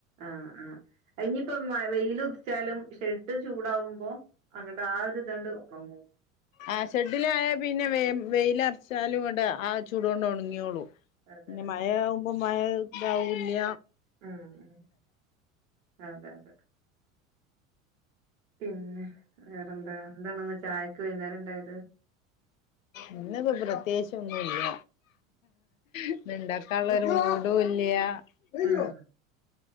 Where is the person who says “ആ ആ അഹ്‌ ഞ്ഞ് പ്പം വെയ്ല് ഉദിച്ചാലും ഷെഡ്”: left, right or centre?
Right